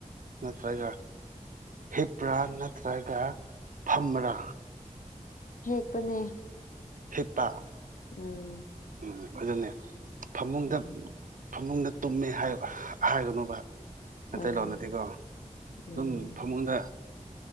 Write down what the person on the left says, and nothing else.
ꯍꯤꯞꯄꯅꯦ
ꯎꯝ
ꯎꯝ
ꯍꯣꯏ ꯍꯣꯏ
ꯎꯝ